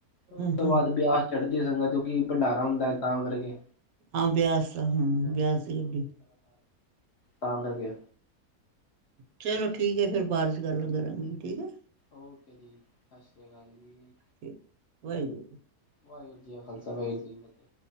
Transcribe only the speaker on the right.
ਹਮ
ਹਮ
ਹਾਂ ਬਿਆਸ ਆ ਹਮ ਵਿਿਆਸ ਦੀ ਗੱਡੀ
ਚਲੋ ਠੀਕ ਹੈ ਫੇਰ ਬਾਅਦ ਚ ਗੱਲ ਕਰਾਂ ਗੀ ਠੀਕ ਹੈ।
ਠੀਕ ਵਾਹਿਗੁਰੂ